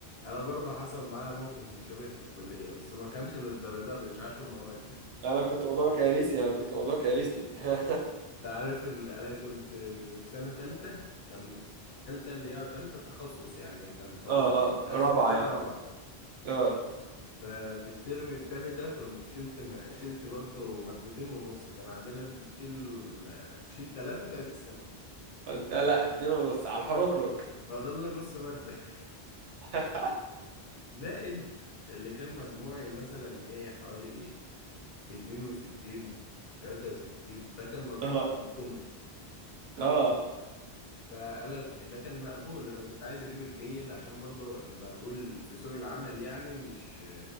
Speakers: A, on the left; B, on the right.
A: انا برضه حصل معايا موقف مشابه في الكلية بس ما كانش للدرجة دي مش عشر مواد
B: <laughs> انا كنت موضوع كارثي انا كنت موضوع كارثي <laughs>
A: انت عارف ال- انا كنت في سنة تالتة كان تالتة اللي هي تالتة تخصص يعني كان فاضل
B: اه
A: لي
B: اه رابعه
A: اخر سنة
B: يعني
A: رابعة
B: اه
A: ففي الترم التاني ده كنت شلت م- شلت برضه مادتين ونص كان عندنا تشيل تشيل تلاتة تعيد السنة
B: انت لا اتنين ونص على الحركرك
A: فضل لي نص مادة <laughs>
B: <laughs>
A: زائد اللي كان مجموعي مثلا ايه حوالي اتنين وستين تلاتة وستين ده كان مجموع
B: اه
A: تراكمي
B: اه
A: فقالك ده كان مقبول انا كنت عايز اجيب الجيد عشان برضه المقبول في سوق العمل يعني مش